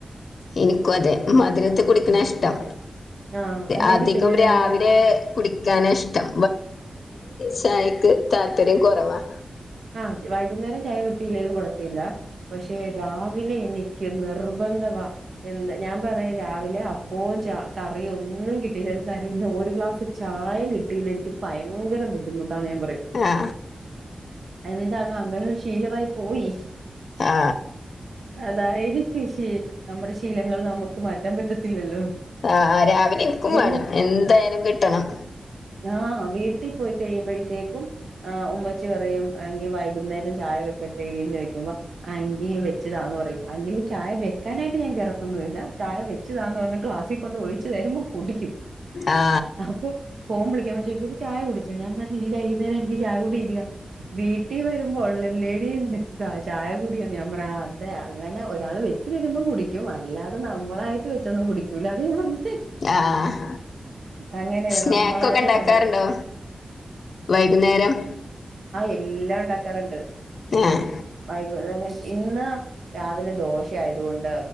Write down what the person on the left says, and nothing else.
എനിക്കുവതെ മധുരത്തിൽ കുടിക്കണയാ
ഇഷ്ടം
അധികം
രാവിലെ
കുടിക്കാനാ ഇഷ്ടം ചായക്ക് താൽപര്യം കൊറവാ
ആ
ആ
ആഹ് ആ രാവിലെ ൻക്കും
വേണം എന്തായാലും കിട്ടണം
ആ
ആഹ് ആഹ്
സ്നാക്ക്
ഒക്കെ ഇണ്ടാക്കാറുണ്ടോ
വൈകുന്നേരം
ആഹ്